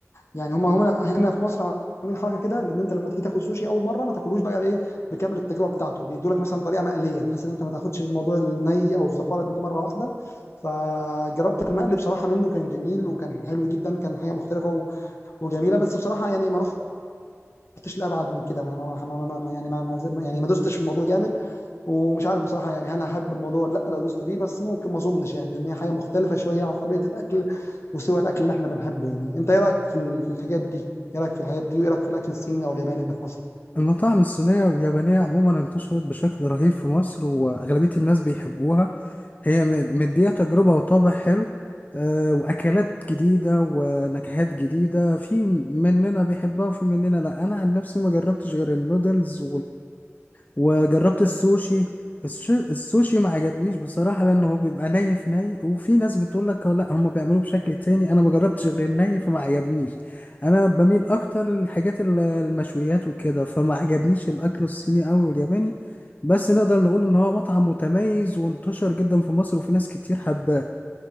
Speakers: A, on the left (about 60°); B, on the left (about 35°).
A: يعني هم هم هنا في مصر عاملين حركة كده لأن أنت لما تيجي تاكل سوشي أول مرة ما تاكلوش بقى إيه بكامل التجربه بتاعته بيدوا لك مثلا طريقه مقليه بحيث ان انت ما تاخدش الموضوع الني او الزفاره دي مره واحده فجربت المقلي بصراحه منه كان جميل وكان حلو جدا كان حاجه مختلفه و- وجميله بس بصراحه يعني ما رحتش لابعد من كده ما ما ما ما ما- يعني ما ما يعني ما دوستش في الموضوع جامد ومش عارف بصراحه يعني هل هحب الموضوع ولا لا لو دوست فيه بس ممكن ما اظنش يعني لان هي حاجه مختلفه شويه عن طبيعه الاكل وسوى الاكل اللي احنا بنحبه يعني انت ايه رايك في ال- في الحاجات دي ايه رايك في الحاجات دي وايه رايك في الاكل الصيني او الياباني اللي في مصر
B: المطاعم الصينية واليابانية عموما انتشرت بشكل رهيب في مصر وأغلبية الناس بيحبوها هي مد- مدية تجربة وطابع حلو آه، وأكلات جديدة ونكهات جديدة في مننا بيحبها وفي مننا لأ أنا عن نفسي ما جربتش غير النودلز وجربت السوشي الش- السوشي ما عجبنيش بصراحة لأنه هو بيبقى ني في ني وفي ناس بتقول لك لا هم بيعملوه بشكل تاني أنا ما جربتش غير الني فما عجبنيش أنا بميل أكتر للحاجات ال- المشويات وكده فما عجبنيش الأكل الصيني أوي والياباني بس نقدر نقول إن هو مطعم متميز وانتشر جدا في مصر وفي ناس كتير حباه